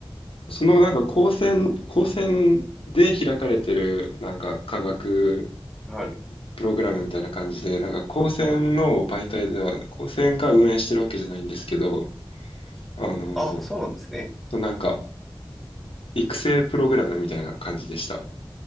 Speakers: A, on the left (about 75°); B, in the centre.
A: そのなんか高専、高専で開かれてるなんか科学
B: は。はい。
A: プログラムみたいな感じで、なんか高専の媒体では、高専が運営してるわけじゃないんですけど、あの、
B: あ、そうなんですね。
A: なんか育成プログラムみたいな感じでした。